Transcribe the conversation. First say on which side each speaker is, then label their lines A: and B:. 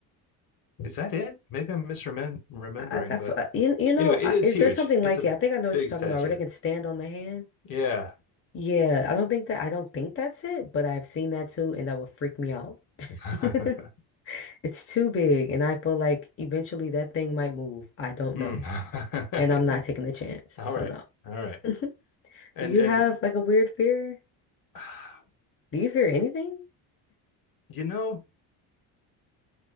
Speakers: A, on the left; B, on the left.
A: Is that it? Maybe I'm misremembering, remembering,
B: I, I
A: but
B: feel- you, you know,
A: anyway,
B: I,
A: it is
B: it-
A: huge.
B: there's something like
A: It's a
B: it. I think I know what
A: big
B: you're talking
A: statue.
B: about, where they can stand on the hand.
A: Yeah.
B: Yeah, I don't think that I don't think that's it, but I've seen that too, and that would freak me out. <laughs>
A: <laughs>
B: It's too big, and I feel like eventually that thing might move. I don't
A: Mm.
B: know. and I'm not taking the
A: <laughs>
B: chance.
A: All
B: So
A: right.
B: no.
A: All right.
B: <laughs> Do
A: And
B: you
A: and
B: have like a weird fear?
A: <sighs>
B: Do you fear anything?
A: you know,